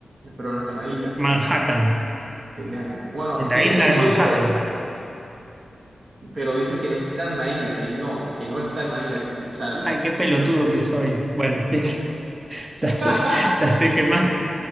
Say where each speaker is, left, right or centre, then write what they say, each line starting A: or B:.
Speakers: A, on the right; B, on the right.
A: Pero no está en una isla.
B: Manhattan,
A: Eh, de- Bueno,
B: en
A: tiene
B: la isla
A: sentido
B: de Manhattan.
A: por... pero dice que no está en una isla, que no, que no está en una isla. O sea,
B: Ay, qué pelotudo que soy. Bueno, <laughs> viste, ya estoy,
A: <laughs>
B: ya estoy quemado.